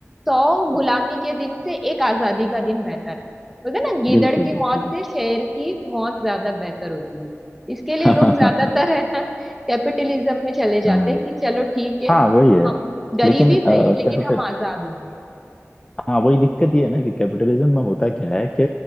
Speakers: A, in the centre; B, on the left.
A: सौ गुलामी के दिन से एक आजादी का दिन बेहतर है बोलते हैं ना गीदड़
B: है बिल्कुल
A: की
B: बिल्कुल
A: मौत
B: बिल्कुल।
A: से शेर की मौत ज्यादा बेहतर होती है इसके
B: <laughs>
A: लिए लोग ज्यादातर है ना कैपिटलिज्म में चले जाते
B: हम्म,
A: हैं कि चलो ठीक है
B: हाँ वही है
A: हम गरीबी
B: लेकिन
A: सही
B: कैपिटल
A: लेकिन हम आजाद होंगे
B: हाँ वही दिक्कत ये है ना कि कैपिटलिज्म में होता क्या है कि